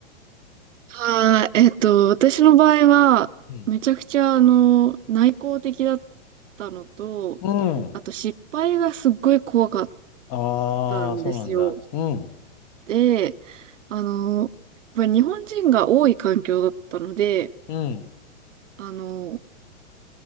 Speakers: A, on the right; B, on the left.
A: はい。えっと、私の場合は、
B: うん。
A: めちゃくちゃ、あの、内向的だったのと、
B: うん。
A: あと失敗がすっごい怖かっ
B: ああ、
A: たんですよ。
B: そうなんだ。うん。
A: で、あの、やっぱり日本人が多い環境だったので、
B: うん。
A: あの、